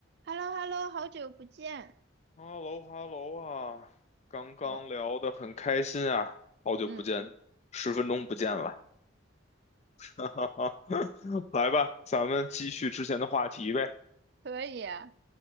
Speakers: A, on the right (about 55°); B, on the left (about 35°).
A: h e l l o h e l l o 好久不见。
B: 哈喽哈喽啊，刚刚聊得很开心啊，
A: 我，
B: 好久不见，
A: 嗯，
B: 十分钟不见了，<laughs> 哈哈哈，来吧，咱们继续之前的话题呗，
A: 可以啊